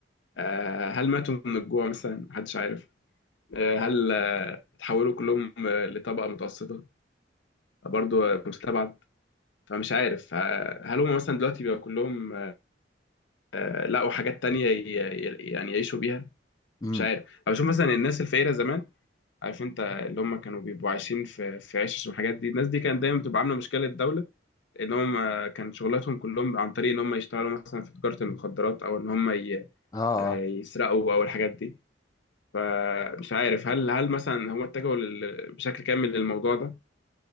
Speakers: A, on the left; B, on the left.
A: آه، هل ماتوا من الجوع مثلا محدش عارف آه، هل آه، اتحولوا كلهم آه، لطبقة متوسطة برضو آه، مستبعد فمش عارف آه، هل هم مثلا دلوقتي بقى كلهم آه، لقوا حاجات تانية ي- ي- يعني يعيشوا بيها
B: امم
A: مش عارف أو بشوف مثلا الناس الفقيرة زمان عارف انت اللي هم كانوا بيبقوا عايشين في في عشش والحاجات دي الناس دي كانت دايما بتبقى عاملة مشكلة الدولة اللي هم كان شغلاتهم كلهم عن طريق ان هم يشتغلوا مثلا في تجارة المخدرات او ان هم ي-
B: اه
A: آه،
B: اه
A: يسرقوا او الحاجات دي فمش عارف هل هل مثلا هم اتجهوا لل- بشكل كامل للموضوع ده